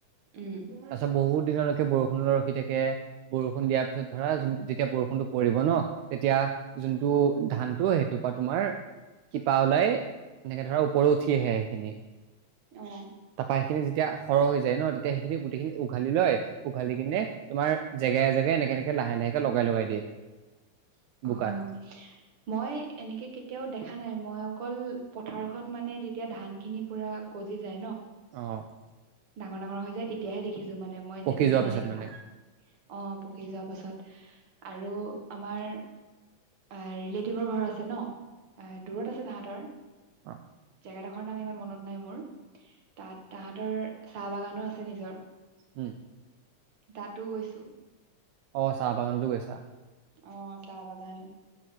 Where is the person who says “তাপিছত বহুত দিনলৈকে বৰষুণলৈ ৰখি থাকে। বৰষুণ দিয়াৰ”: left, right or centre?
Right